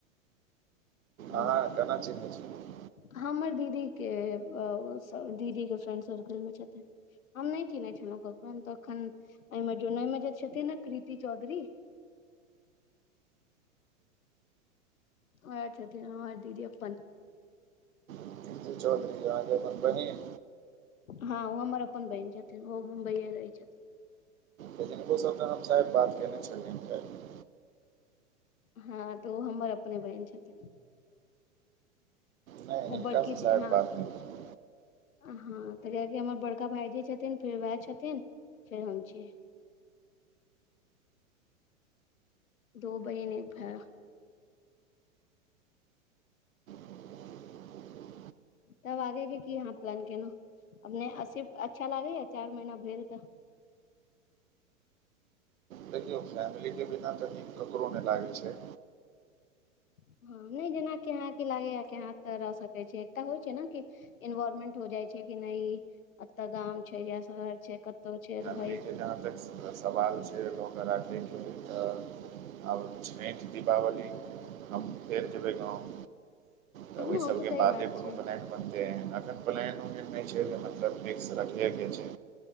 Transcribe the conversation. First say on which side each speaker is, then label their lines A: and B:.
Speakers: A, on the left; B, on the right.
A: हूं,
B: अहाँ केना चिन्है छियैन?
A: हमर दीदी के ओ स दीदीे के फ्रेंड सर्कल मे छथिन। हम नै चिन्है छलहुँ कको हम तखन एहिमे जोनल मे जे छथिन ने कृति चौधरी ओहेए छथिन हमर दीदी अप्पन।
B: कीर्ति चौधरी अहांके अपन बहिन,
A: हँ ओ हमर अप्पन बहिन छथिन ओ मुंबईये रहै छथिन।
B: हिनको सब स हम शायद बात केने छलियैन काइल्ह।
A: हँ त ओ हमर अपने बहिन छथिन।
B: नहि
A: ओ
B: हिनकासँ
A: बड़की
B: शायद
A: दी हँ।
B: बात नहि भेल
A: हँ त कियाकि हमर बड़का भाईजी छथिन फेर वेएह छथिन फेर हम छीयै। दो बहिन एक भेए।
B: <inaudible>
A: तब आगे के की अहाँ प्लान केेलहु? अपने असीफ अच्छा लागैये चार महीना भेल तऽ
B: देखियौ फैमिली के बिना त नीक ककरो ने लागै छै।
A: हँ नहि जेना कि अहां की लागैये कि अहां एतऽ रह सकै छी एकटा होइ छै न कि एन्वार्मेंट हो जाइ छै कि नइ एतऽ गाम छै या शहर छै कत तौ छै रहत
B: की के जहाँ तक सवाल छै भ के राखै के तऽ आब छैठ दीपावली, हम फेर जेबै गाँव तऽ
A: हँ
B: ओहि सबके
A: ओ सही
B: बादे
A: बात
B: कोनो
A: छै
B: प्लेन एखन प्लेन ओहेन नहि छै मतलब फिक्स रखहे के छै